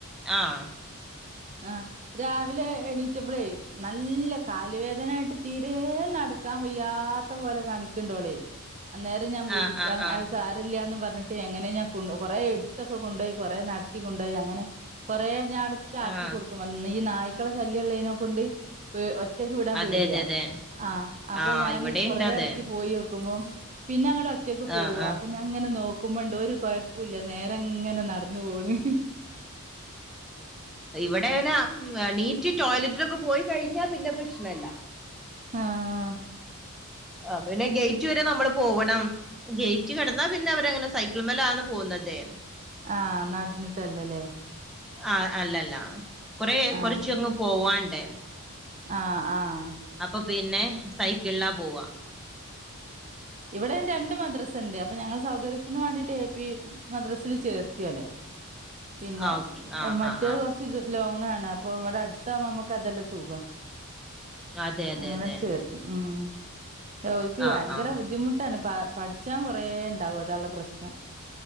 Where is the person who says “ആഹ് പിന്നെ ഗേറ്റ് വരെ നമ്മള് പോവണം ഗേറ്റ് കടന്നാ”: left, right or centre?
Centre